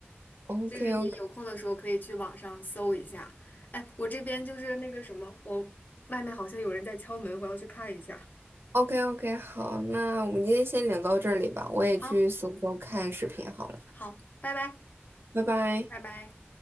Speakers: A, on the right; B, on the left.
A: ？OK
B: 就是你有空的时候可以去网上搜一下。
A: OK
B: 哎，我这边就是那个什么，我外面好像有人在敲门，我要去看一下。
A: OK OK，好，那我们今天先聊到这里吧，我也去搜搜看视频好了，
B: 好，好，拜拜，
A: 拜拜。
B: 拜拜。